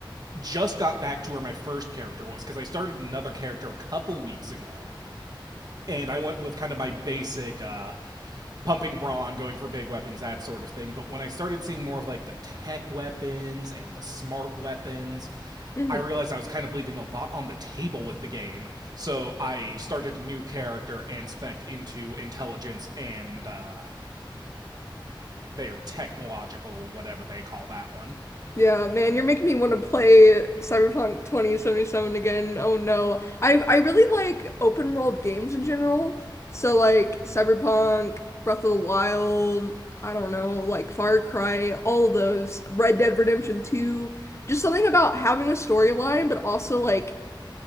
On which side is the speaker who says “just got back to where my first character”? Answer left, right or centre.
Right